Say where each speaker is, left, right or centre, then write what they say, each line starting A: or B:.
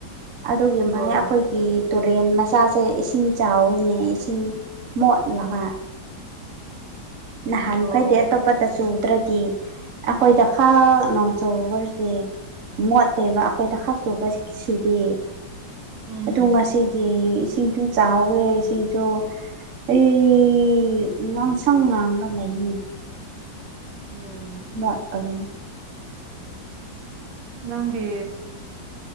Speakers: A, on the right; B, on the right.
A: ꯑꯗꯨꯒꯤ
B: ꯍꯣꯏ
A: ꯃꯥꯜꯂꯦ ꯑꯩꯈꯣꯏ ꯀꯤ ꯇꯨꯔꯦꯟ ꯃꯆꯥꯁꯦ ꯏꯁꯤꯡ ꯆꯥꯎꯋꯤꯅꯦ ꯏꯁꯤꯡ ꯃꯣꯠꯂꯒ ꯅꯍꯥꯟꯃꯈꯩꯗꯤ
B: ꯑꯣ
A: ꯑꯇꯣꯞꯄꯇ ꯆꯨ ꯇ꯭ꯔꯗꯤ ꯑꯩꯈꯣꯏꯗ ꯈꯛ ꯅꯣꯡ ꯆꯨꯕꯒꯤ ꯃꯣꯠꯇꯦꯕ ꯑꯩꯈꯣꯏꯗ ꯈꯥꯛ ꯆꯨꯕ ꯁꯤꯛ ꯁꯤꯗꯤ
B: ꯎꯝ
A: ꯑꯗꯨ ꯉꯁꯤ ꯗꯤ ꯏꯁꯤꯡꯁꯨ ꯆꯥꯎꯋꯦ ꯏꯁꯤꯡꯁꯨ ꯑꯩ ꯉꯥꯡꯁꯪ ꯉꯥꯡꯂ ꯂꯩꯌꯦ
B: ꯎꯝ
A: ꯃꯣꯠꯄꯒꯤꯅꯤ
B: ꯅꯪꯗꯤ